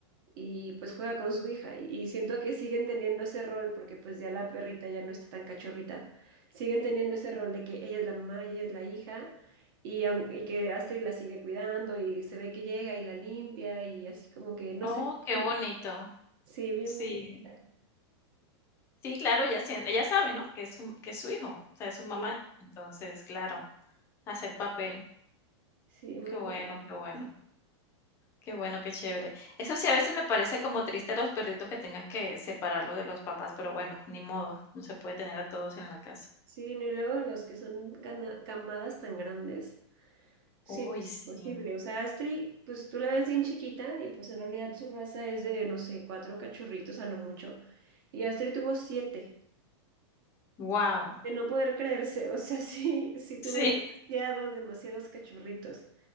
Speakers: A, on the right; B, on the left.
A: y pues juega con su hija. Y, y siento que siguen teniendo ese rol, porque pues ya la perrita ya no está tan cachorrita, siguen teniendo ese rol de que ella es la mamá y ella es la hija, y, aun- y que Astrid la sigue cuidando y se ve que llega y la limpia y así como que, no
B: Oh,
A: sé,
B: qué
A: bonito.
B: bonito.
A: Sí, bien,
B: Sí.
A: bien. bonita.
B: Sí, claro, ella sien ella sabe, ¿no?, que es su que es su hijo, o sea, es su mamá.
A: Sí,
B: Entonces, claro, hace
A: sí,
B: el papel.
A: sí, muy
B: Qué bueno,
A: bonito.
B: qué bueno, qué bueno, qué chévere. Eso sí, a veces me parece como triste a los perritos que tengan que separarlo de los papás, pero bueno, ni modo, no se puede tener a todos en la casa.
A: Sí, no, y luego los que son cana- camadas tan grandes. Sí,
B: Uy,
A: no es
B: sí,
A: imposible. O sea, Astrid, pues tú la ves bien chiquita y pues en realidad su raza es de, no sé, cuatro cachorritos a lo mucho. Y Astrid tuvo siete,
B: Wow.
A: de no poder creerse. O sea, <laughs> sí, sí tuvo
B: Sí,
A: demasiados, demasiados cachorritos.